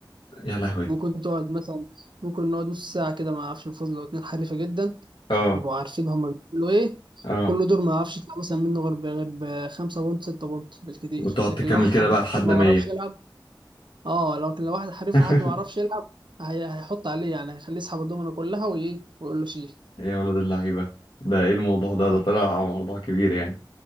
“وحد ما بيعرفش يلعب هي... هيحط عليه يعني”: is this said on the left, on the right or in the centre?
Right